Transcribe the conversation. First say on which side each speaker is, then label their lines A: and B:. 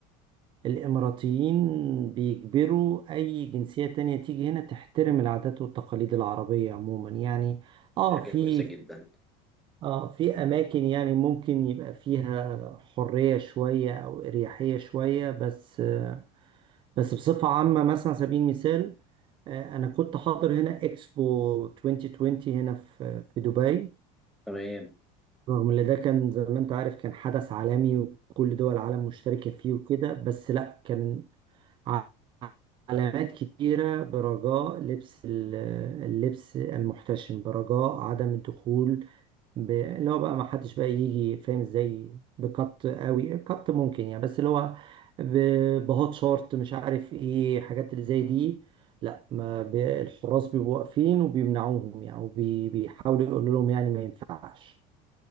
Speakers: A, on the right; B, in the centre.
A: الإماراتيين بيجبروا أي جنسية تانية تيجي هنا تحترم العادات والتقاليد العربية عموما يعني آه
B: حاجة
A: في
B: كويسة جدا
A: اه في اماكن يعني ممكن يبقى فيها حرية شوية او اريحية شوية بس آه، بس بصفة عامة مثلا على سبيل المثال آه، انا كنت حاضر هنا اكسبو 2020 هنا في في دبي
B: تمام
A: رغم ان ده كان زي ما انت عارف كان حدث عالمي وكل دول العالم مشتركة فيه وكده بس لا كان ع- علامات كتيرة برجاء لبس ال- اللبس المحتشم برجاء عدم الدخول ب- اللي هو بقى ما حدش بقى يجي فاهم ازاي بكت قوي كت ممكن يعني بس اللي هو ب- بهوت شورت مش عارف ايه حاجات اللي زي دي لا ما ب- الحراس بيبقوا واقفين وبيمنعوهم يعني وبيحاولوا يقولوا لهم يعني ما ينفعش